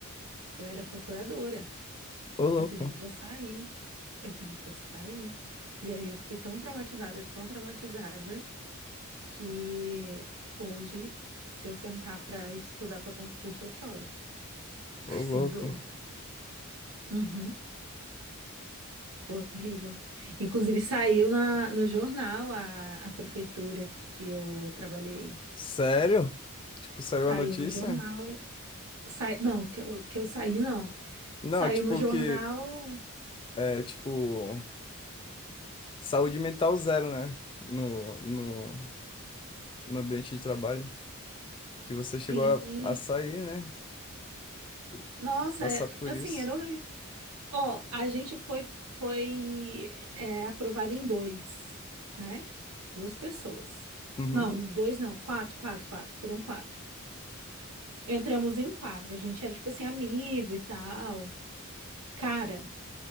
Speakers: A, on the right; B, on the left.
A: Eu era procuradora,
B: Ô, louco.
A: eu pedi para sair, eu pedi para sair. E aí eu fiquei tão traumatizada, tão traumatizada, que hoje, se eu sentar para estudar para concurso, eu choro, <laughs>
B: Ô,
A: sem
B: louco.
A: zoeira. Uhum. Horrível. Inclusive, saiu na, no jornal a, a prefeitura que que eu trabalhei.
B: Sério? Tipo, saiu
A: Saiu
B: a notícia?
A: no jornal. Sai... Não, que eu, que eu saí, não.
B: Não,
A: Saiu
B: tipo
A: no jornal.
B: que é tipo saúde mental zero, né? No, no, no ambiente de trabalho. Que você chegou
A: Sim.
B: a, a sair, né? E
A: Nossa,
B: passar
A: é-
B: por
A: assim,
B: isso.
A: era horrível. Ó, a gente foi, foi é, aprovado em dois, né? Duas pessoas.
B: Uhum.
A: Não, dois não, quatro, quatro, quatro. Foram quatro. Entramos em quatro. A gente era, tipo assim, amigo e tal. Cara,